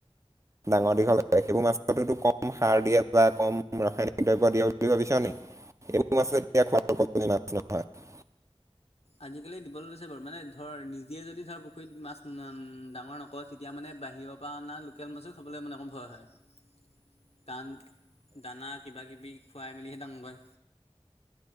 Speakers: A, on the right; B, on the left.
A: ডাঙৰ-দীঘল কৰে। <inaudible> সেইবোৰ মাছটো কম সাৰ দিয়ে বা কম ৰাসায়নিক দ্ৰব্য দিয়ে বুলি ভাবিছ নি? <inaudible> <unintelligible>
B: আজিকালি দিবলৈছে বাৰু মানে ধৰ নিজে যদি ধৰ পুখুৰীত মাছ ডাঙৰ নক মই তেতিয়া মানে বাহিৰৰ পৰা অনা লোকেল মাছো খাবলৈ মানে অণন কণ ভয় হয়। কাৰণ দানা কিবা কিবি খুৱাই মেলিহে ডাঙ কয়ে।